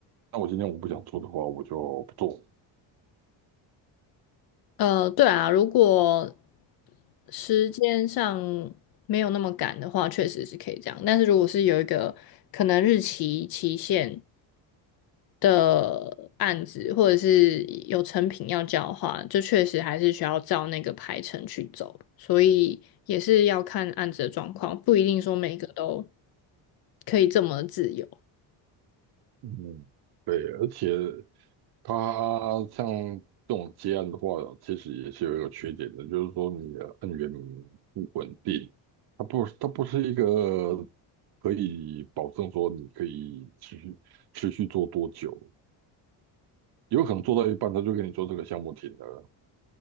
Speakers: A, on the right; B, on the left.
A: 那我今天我不想做的话，我就不做。
B: 呃，对啊，如果时间上没有那么赶的话，确实是可以这样。但是如果是有一个可能日期期限的案子，或者是有成品要交的话，就确实还是需要照那个排程去走。所以也是要看案子的状况，不一定说每个都可以这么自由。
A: 嗯，对，而且它像这种接案的话，其实也是有一个缺点的，就是说你的案源不稳定，它不它不是一个可以保证说你可以持续持续做多久，有可能做到一半他就跟你做这个项目停了。